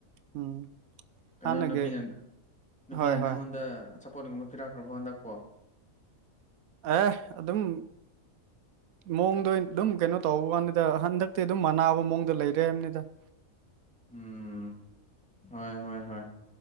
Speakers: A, on the right (about 80°); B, in the centre.
A: ꯎꯝ
B: ꯀꯩꯅꯣ
A: ꯍꯥꯟꯅꯒꯤ
B: ꯅꯨꯄꯤꯅ ꯅꯨꯄꯤꯅ
A: ꯍꯣꯏ
B: ꯅꯪꯉꯣꯟꯗ
A: ꯍꯣꯏ
B: ꯆꯄꯣꯠꯒꯨꯝꯕ ꯄꯤꯔꯛꯈ꯭ꯔꯕꯣ ꯍꯟꯛꯄꯣ ꯫
A: ꯑꯦ ꯑꯗꯨꯝ ꯃꯑꯣꯡꯗ ꯑꯩꯟ ꯑꯗꯨꯝ ꯀꯩꯅꯣ ꯇꯧꯕꯋꯥꯅꯤꯗꯥ ꯍꯟꯗꯛꯇꯤ ꯑꯗꯨꯝ ꯃꯅꯥꯕ ꯃꯑꯣꯡꯗ ꯂꯩꯔꯦ ꯍꯥꯏꯕꯅꯤꯗꯥ ꯫
B: ꯎꯝ ꯍꯣꯏ ꯍꯣꯏ ꯍꯣꯏ꯫